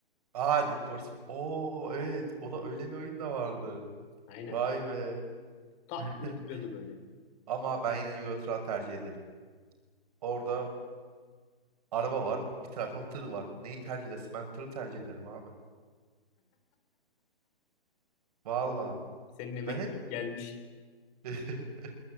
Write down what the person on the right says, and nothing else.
Aa Need for Speed. Oo evet o da öyle bir oyun da vardı.
Vay be.
<laughs>
Ama ben yine Euro Truck tercih ederim. Orada araba var. Bir tarafa tır var. Neyi tercih edersin? Ben tırı tercih ederim abi. Valla.
Ben hep
<laughs>